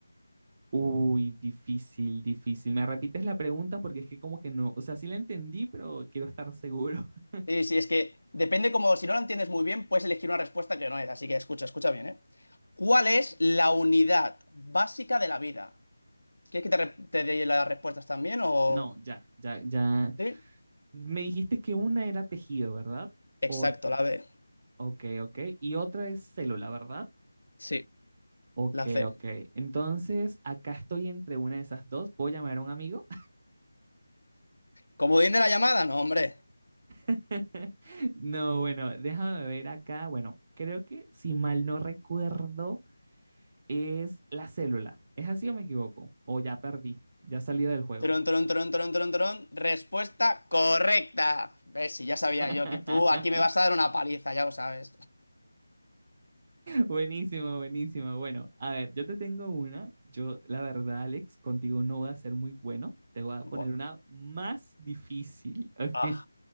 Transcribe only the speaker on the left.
Sí, sí, es que depende como, si no la entiendes muy bien, puedes elegir una respuesta que no es. Así que escucha, escucha bien, ¿eh? ¿Cuál es la unidad básica de la vida? ¿Quieres que te, re- te dé las respuestas también o...?
Sí.
Exacto,
la B.
Sí,
la C.
Comodín de la llamada, no, hombre.
Tron, tron, tron, tron, tron, tron. Respuesta correcta. Ves, si ya sabía
yo que tú aquí me vas a dar una paliza, ya lo sabes.
Bueno,
ah,